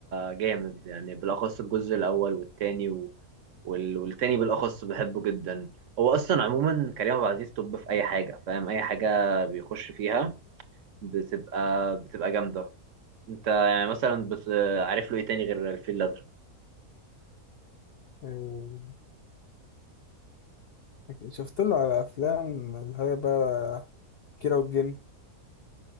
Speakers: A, on the right (about 60°); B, on the left (about 70°).
A: جامد يعني بالاخص الجزء الاول والتاني و... وال... والتاني بالاخص بحبه جدا هو اصلا عموما كريم عبد العزيز طب في اي حاجه فاهم اي حاجه بيخش فيها بتبقى بتبقى جامده انت يعني مثلا بس عارف له ايه تاني غير الفيل الازرق
B: آه، شفت له على افلام اللي هي بقى كيرة والجن